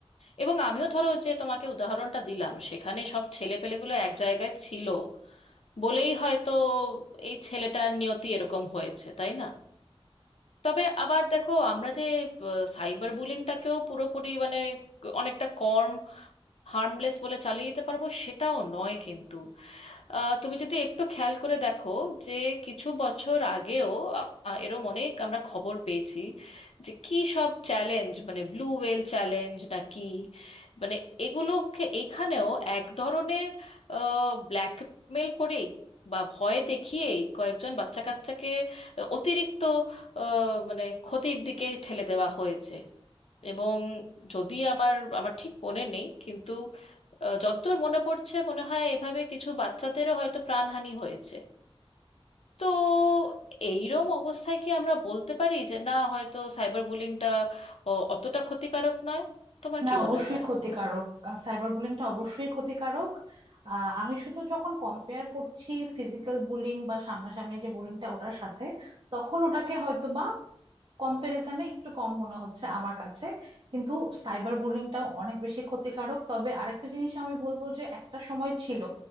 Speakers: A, on the left; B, on the right.
A: এবং আমিও ধরো যে তোমাকে উদাহরণটা দিলাম সেখানে সব ছেলেপেলেগুলো এক জায়গায় ছিল বলেই হয়তো এই ছেলেটার নিয়তি এরকম হয়েছে তাই না তবে আবার দেখো আমরা যে সাইবার বুলিংটাকেও পুরোপুরি মানে অনেকটা কম হার্মলেস বলে চালিয়ে দিতে পারবো সেটাও নয় কিন্তু আহ, তুমি যদি একটু খেয়াল করে দেখো যে কিছু বছর আগেও আহ, এরম অনেক আমরা খবর পেয়েছি যে কি সব চ্যালেঞ্জ মানে ব্লু হোয়েল চ্যালেঞ্জ না কি মানে এগুলোকে এখানেও এক ধরনের ব্ল্যাকমেল করেই বা ভয় দেখিয়েই কয়েকজন বাচ্চা কাচ্চাকে অতিরিক্ত আহ, মানে ক্ষতির দিকে ঠেলে দেওয়া হয়েছে এবং যদি আমার আমার ঠিক মনে নেই কিন্তু আহ, যতদূর মনে পড়ছে মনে হয় এভাবে কিছু বাচ্চাদেরও হয়তো প্রাণহানি হয়েছে তো এইরম অবস্থায় কি আমরা বলতে পারি যে না হয়তো সাইবার বুলিংটা অতটা ক্ষতিকারক নয় তোমার
B: না
A: কি
B: অবশ্যই
A: মনে হয়
B: ক্ষতিকারক সাইবার বুলিংটা অবশ্যই ক্ষতিকারক আহ, আমি শুধু যখন কম্পেয়ার করছি ফিজিক্যাল বুলিং বা সামনাসামনি যে বুলিংটা ওটার সাথে তখন ওটাকে হয়তো বা কম্প্যারিজনে একটু কম মনে হচ্ছে আমার কাছে কিন্তু সাইবার বুলিংটাও অনেক বেশি ক্ষতিকারক তবে আরেকটা জিনিস আমি বলবো যে একটা সময় ছিল